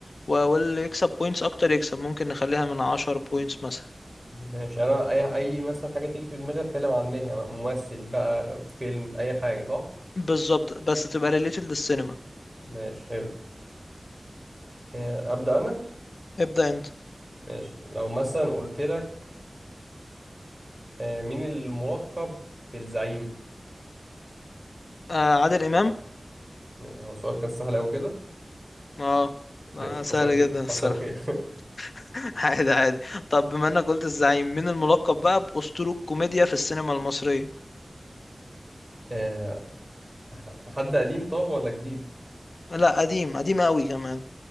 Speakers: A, on the left (about 80°); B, on the right (about 25°).
A: و- واللي يكسب بوينتس اكتر يكسب ممكن نخليها من 10 بوينتس مثلا
B: ماشي انا اي اي مثلا حاجه تيجي في دماغي اتكلم عنها ممثل بقى فيلم اي حاجه صح
A: بالظبط بس تبقى ريليتد للسينما
B: ماشي حلو آه، ابدا انا
A: ابدأ انت
B: ماشي لو مثلا قلت لك آه، مين الملقب بالزعيم
A: آه عادل امام
B: هو السؤال كان سهل قوي كده
A: اه
B: ماشي
A: آه، سهل
B: حصل خير
A: جدا الصراحة
B: حصل خير
A: <laughs> عادي عادي طب بما انك قلت الزعيم مين الملقب بقى بأسطورة الكوميديا في السينما المصرية
B: <laughs> آه، ح- حد قديم طب ولا جديد
A: لا قديم قديم قوي كمان